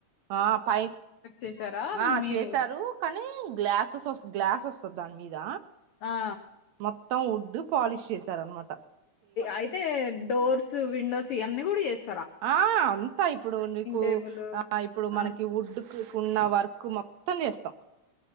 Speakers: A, on the right; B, on the left.
A: ఆ పై
B: చేసారా
A: ఆ
B: మీరు
A: చేశారు కానీ గ్లాసెస్ వ గ్లాస్ వస్తది దాని మీద
B: ఆ ఆ
A: మొత్ త్తం వుడ్ పాలిష్ చేశారనమాట్
B: అయితే డోర్స్ విండోస్ ఇవన్నీ కూడా చేస్
A: ఆ అంతా ఇప్పుడు నీకు
B: టేబుల్
A: ఆ ఇప్పుడు మనకి
B: ఆ
A: ఉడ్డు కున్న వర్క్ మొత్తం చేస్తాం